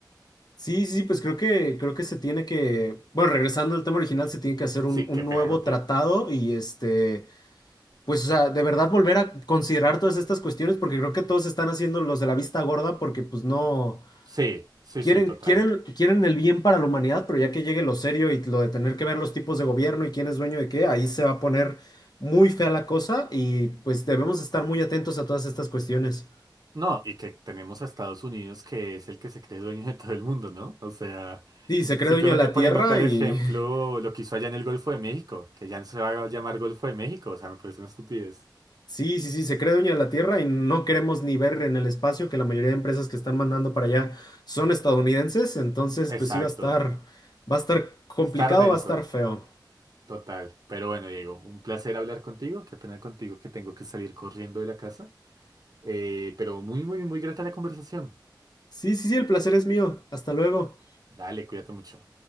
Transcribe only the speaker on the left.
Sí, sí, pues creo que, creo que se tiene que, bueno, regresando al tema original, se tiene que hacer un,
un
nuevo
tratado y este, pues, o sea, de verdad volver a considerar todas estas cuestiones porque creo que todos están haciendo los de la vista gorda porque pues no.
Quieren,
quieren, quieren el bien para la humanidad, pero ya que llegue lo serio y lo de tener que ver los tipos de gobierno y quién es dueño de qué, ahí se va a poner muy fea la cosa y pues debemos estar muy atentos a todas estas cuestiones.
Sí, se cree
dueño de la
Tierra
y...
<laughs>
Sí, sí, sí, se cree dueño de la Tierra y no queremos ni ver en el espacio que la mayoría de empresas que están mandando para allá son estadounidenses, entonces pues
sí va a estar, va a estar complicado,
va a estar feo.
Sí, sí, sí, el placer es mío. Hasta luego.